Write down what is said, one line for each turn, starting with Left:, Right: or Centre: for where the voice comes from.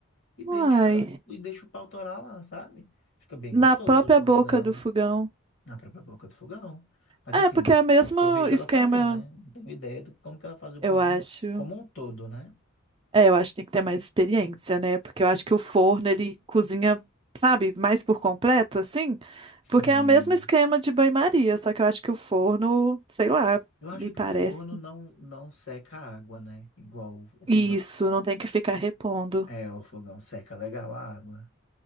Left: e deixa,
Right: Uai,
Left: e deixa o pau torar lá, sabe? Fica bem
Right: na
Left: gostoso
Right: própria
Left: o ponto
Right: boca
Left: dela.
Right: do fogão.
Left: Na própria boca do fogão. Mas
Right: É,
Left: assim,
Right: porque é o mesmo
Left: é o que eu vejo
Right: esquema,
Left: ela fazer, né? Não tenho ideia de como que ela faz o pudim
Right: eu acho.
Left: como um todo, né?
Right: É, eu acho que tem que ter mais experiência, né? Porque eu acho que o forno, ele cozinha, sabe, mais por completo, assim.
Left: Sim.
Right: Porque é o mesmo esquema de banho-maria, só que eu acho que o forno, sei lá,
Left: Eu acho
Right: me
Left: que
Right: parece.
Left: o forno não, não seca a água, né? Igual o o fogão.
Right: Isso, não tem que ficar repondo.
Left: É, o fogão seca legal a água.